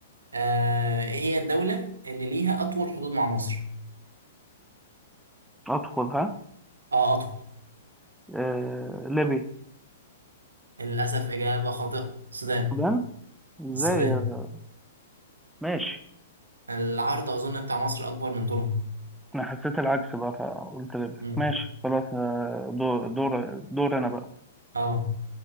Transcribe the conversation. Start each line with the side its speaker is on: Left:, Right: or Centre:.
Right: آه ايه هي الدولة اللي ليها اطول حدود مع مصر
Centre: ادخل ها
Right: اه اطول
Centre: آه... ليبيا
Right: للاسف اجابة خاطئة السودان
Centre: السودان ازاي
Right: السودان
Centre: يا- ماشي
Right: العرض اظن بتاع مصر اكبر من طولها
Centre: انا حسيت العكس بقى فقلت ليبيا
Right: مم.
Centre: ماشي خلاص آه، دور دور دور انا بقى
Right: اه